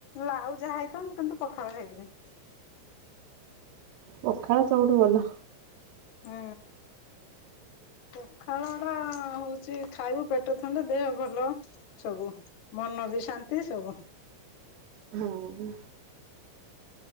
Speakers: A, on the left; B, on the right.
A: ଆଉ ଯାହା ହେଇଥାଉ ମୁଁ କିନ୍ତୁ ପଖାଲ ଖାଇଥିମି।
B: ପଖାଳ ସବୁଠୁ ଭଲ।
A: ହୁଁ। ପଖାଳ ଟା ହଉଛି ଖାଇବୁ ପେଟ ଥଣ୍ଡେ ଦେହ ଭଲ ସବୁ ମନ ବି ଶାନ୍ତି ସବୁ
B: ହଉ।